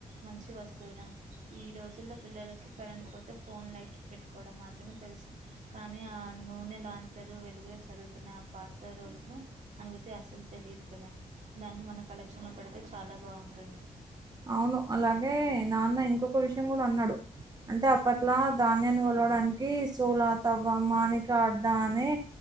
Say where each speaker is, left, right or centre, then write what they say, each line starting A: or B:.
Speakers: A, on the right; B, on the right.
A: మంచి వస్తువు రా ఈ రోజుల్లో పిల్లలకి కరెంటు పోతే ఫోన్ లైట్ పెట్టుకోడం మాత్రమే తెలుసు కానీ ఆ నూనెలాంత రు వెలుగులో చదువుకున్న ఆ పాత రోజులు అనుభూతి అసలు తెలీదు కదా దాన్ని మనక్ కలెక్షండ్లో పెడితే చాలా బావుంటుంది
B: అవును అలాగే నాన్న ఇంకొక విషయం గూడా అన్నాడు అంటే అప్పట్లా ధాన్యాన్ని కొలవడానికి సోల తవ్వ మానిక అడ్డా అనీ